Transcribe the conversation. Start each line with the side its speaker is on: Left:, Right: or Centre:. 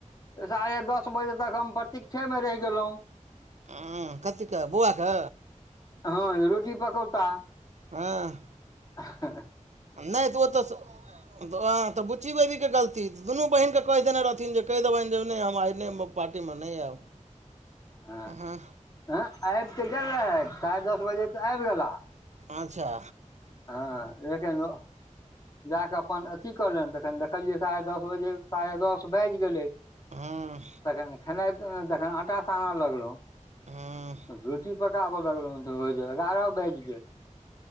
Left: साढ़े दस बजे तक हम प्रतीक्षेमे रहि गेलहुँ।
Right: उ कथीके बौआके?
Left: हाँ रोटी पकौता
Right: हँ
Left: <unintelligible> हाहा
Right: नहि तऽ ओ तऽ <unintelligible> तऽँ तऽ बुच्ची बेबीके गलती दुनू बहनकेँ कहि देने रहथिन जे कहि देबनि जे नहि हम एने। पार्टीमे नहि आयब।
Left: आँ-आँ
Right: हँ
Left: आबि तऽ गेल रहै साढ़े दस बजे तऽ आबि गेला।
Right: अच्छा
Left: हाँ लेकिन उ जा कऽ अपन अथी करलनि तऽखन देखलियै साढ़े दस बजे साढ़े दस बाजि गेलै।
Right: हँ
Left: तखन खेनाइ जखन आटा साने लगलहुँ
Right: हँ
Left: <unintelligible> रोटी पकाबऽ लगलों तँ एगारह बेज गेल।